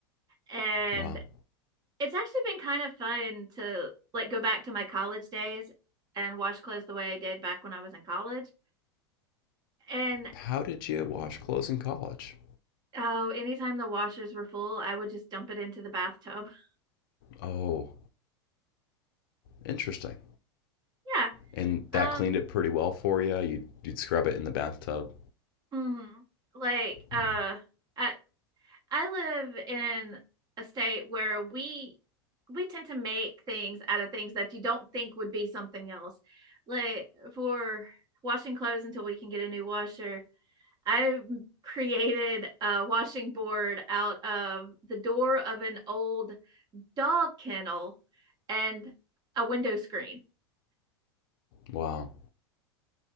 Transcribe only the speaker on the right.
And
It's actually been kind of fun to like go back to my college days and wash clothes the way I did back when I was in college. And
oh, anytime the washers were full, I would just dump it into the bathtub. <laughs>
Yeah.
Um,
mhm. Like, uh,
I I live in a state where we we tend to make things out of things that you don't think would be something else. Like for washing clothes until we can get a new washer, I created a washing board out of the door of an old dog kennel and a window screen.